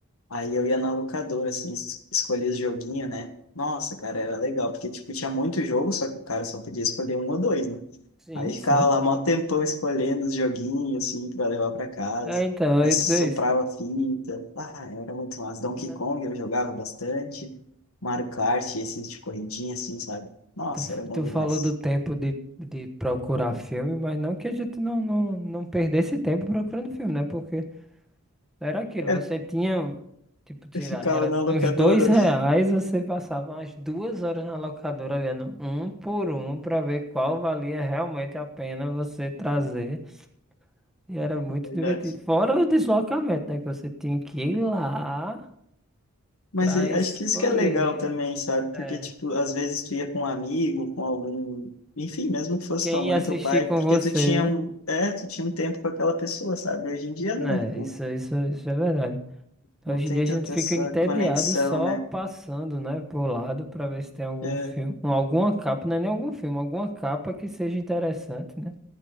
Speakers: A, on the left; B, in the centre.
A: Aí eu ia na locadora, assim, es- escolhia os joguinhos, né? Nossa, cara, era legal. Porque, tipo, tinha muito jogo, só que o cara só podia escolher um ou dois, né?
B: Sim,
A: Aí ficava
B: sim.
A: lá mó tempão escolhendo os joguinhos, assim, pra levar pra casa.
B: É, então,
A: Aí
B: eu ia
A: soprava
B: dizer isso.
A: fita. Ah, era muito massa.
B: Na-
A: Donkey Kong eu jogava bastante. Mario Kart, esses de corridinha, assim, sabe? Nossa,
B: Tu,
A: era bom
B: tu
A: demais.
B: falou do tempo de, de procurar filme, mas não que a gente não, não, não perdesse tempo procurando filme, né? Porque era aquilo,
A: É,
B: você tinha, um, tipo,
A: eu
B: sei
A: ficava
B: lá, era
A: na locadora,
B: uns dois reais,
A: né? <laughs>
B: você passava umas duas horas na locadora olhando um por um pra ver qual valia realmente a pena você trazer. E era muito
A: na verdade.
B: divertido. Fora o deslocamento, né? Que você tinha que ir lá.
A: Mas
B: Pra
A: eh,
B: escolher.
A: acho que isso que é legal também, sabe? Porque,
B: É.
A: tipo, às vezes tu ia com um amigo, com algum... Enfim, mesmo que fosse
B: Quem
A: tua mãe,
B: ia assistir
A: teu pai,
B: com
A: porque
B: você,
A: tu tinha
B: né?
A: um... É, tu tinha um tempo com aquela pessoa, sabe? Hoje em dia,
B: Né,
A: não, tipo...
B: isso, isso, isso é verdade.
A: Não
B: Hoje
A: tem
B: em dia a
A: tanta
B: gente fica
A: essa
B: entediado
A: conexão,
B: só
A: né?
B: passando, né, por lado pra ver se tem algum
A: É,
B: filme, ou alguma capa, não é nem algum filme, alguma capa que seja interessante, né?